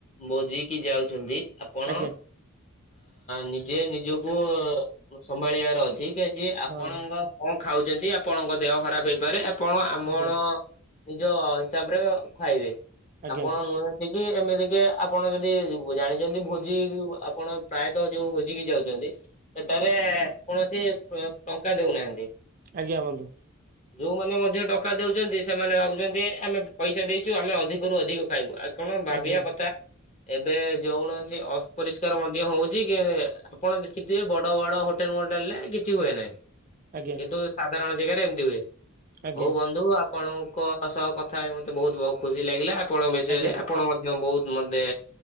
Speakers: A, on the left (about 35°); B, on the right (about 40°).
A: ବୋଜିକି ଯାଉଛନ୍ତି। ଆପଣ
B: ଆଜ୍ଞା
A: ନିଜେ ନିଜକୁ ସମ୍ଭାଳିବାର ଅଛି। ଜି ଆପଣଙ୍କ
B: ହଁ
A: କଣ ଖାଉଛନ୍ତି ଆପଣଙ୍କ ଦେହ ଖରାପ ହେଇପାରେ ଆପଣ ଆମର
B: ଆଜ୍ଞା
A: ନିଜ ହିସାବରେ ଖାଇବେ
B: ଆଜ୍ଞା
A: ଆପଣ ନୁହେଁ କି ଏମିତିକି ଆପଣ ଯଦି ଜାଣିଛନ୍ତି ଭୋଜି ଆପଣ ପ୍ରାୟତଃ ଯୋଉ ଭୋଜିିକ ଯାଉଛନ୍ତି। ସେଟାରେ କୌଣସି ଟଙ୍କା ଦଉନାହାନ୍ତି।
B: ଆଜ୍ଞା ବନ୍ଧୁ।
A: ଯୋଉମାନେ ମଧ୍ୟ ଟଙ୍କା ଦଉଛନ୍ତି ସେମାନେ ଭାବୁଛନ୍ତି ଆମେ ପଇସା ଦେଇଛୁ ଆମେ ଅଧିକରୁୁ ଅଧିକ ଖାଇବୁ କଣ ଭାବିବା
B: ଆଜ୍ଞା
A: କଥା। ଏବେ ଯେଉଣସି ଅପରିଷ୍କାର ମଧ୍ୟ ହଉଛି କି ଆପଣ ଦେଖିଥିବେ ବଡ ବଡ ହୋଟେଲ ମଡେଲ୍ ରେ କିଛି ହୁଏ ନାହିଁ।
B: ଆଜ୍ଞା
A: କିନ୍ତୁ ସାଧାରଣ ଜାଗାରେ ଏମିତି ହୁଏ
B: ଆଜ୍ଞା
A: ହଉ ବନ୍ଧୁ ଆ ଆପଣଙ୍କ ସହ କଥା ହେଇକି ମତେ ବହୁତ ବହୁତ ଖୁସି ଲାଗିଲା ଆପଣଙ୍କ ବିଷୟରେ
B: ଆଜ୍ଞା
A: ଆପଣ ମ ବହୁତ ମନ୍ଦେ